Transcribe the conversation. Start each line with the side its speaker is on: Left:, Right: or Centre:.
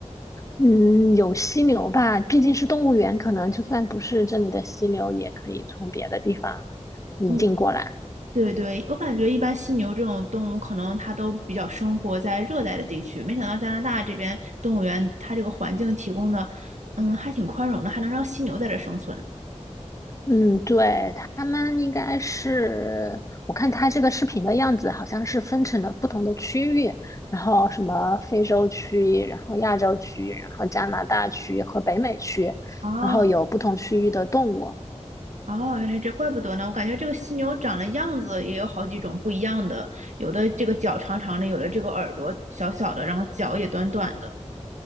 Left: 嗯，有犀牛吧，毕竟是动物园，可能就算不是这里的犀牛，也可以从别的地方引进过来。
Right: 嗯，对对，我感觉一般犀牛这种动物，可能它都比较生活在热带的地区。没想到加拿大这边动物园，它这个环境提供的，嗯，还挺宽容的，还能让犀牛在这生存。
Left: 嗯，对，他们应该是，我看他这个视频的样子，好像是分成了不同的区域，然后什么非洲区，然后亚洲区，然后加拿大区和北美区，
Right: 哦
Left: 然后有不同区域的动物。
Right: 哦，原来这，怪不得呢。我感觉这个犀牛长的样子也有好几种不一样的，有的这个脚长长的，有的这个耳朵小小的，然后脚也短短的。